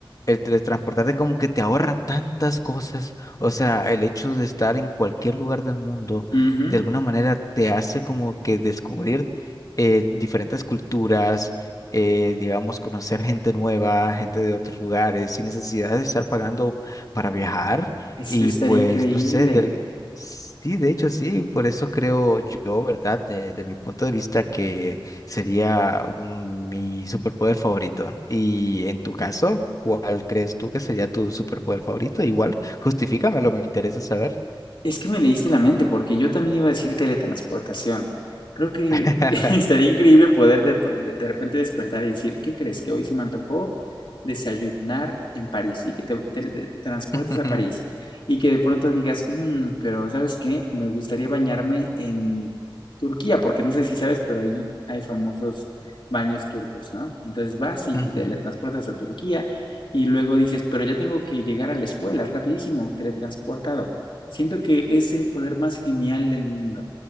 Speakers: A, on the left; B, on the left.
A: el teletransportarte como que te ahorra tantas cosas. O sea, el hecho de estar en cualquier lugar del mundo,
B: Ujú,
A: de alguna manera te hace como que descubrir eh, diferentes culturas, eh, digamos, conocer gente nueva, gente de otros lugares, sin necesidad de estar pagando para viajar.
B: Eso
A: Y
B: estaría
A: pues,
B: increíble.
A: no sé, del- sí, de hecho sí, por eso creo yo, ¿verdad? de de mi punto de vista que... Sería mm, mi superpoder favorito. Y en tu caso, ¿cuál crees tú que sería tu superpoder favorito? Igual, justifícamelo, me interesa saber.
B: Es que me leíste la mente, porque yo también iba a decir teletransportación. Creo que
A: <laughs>
B: <laughs> estaría increíble poder de, de- repente despertar y decir, ¿qué crees? Que hoy se me antojó desayunar en París y que te teletransportes
A: Ujú,
B: a París y que de pronto digas, "Mm, pero ¿sabes qué? Me gustaría bañarme en Turquía, porque no sé si sabes, pero ahí hay famosos baños turcos, ¿no? Entonces vas y
A: ujú.
B: te teletransportas a Turquía y luego dices, pero ya tengo que llegar a la escuela rapidísimo, teletransportado. Siento que es el poder más genial del mundo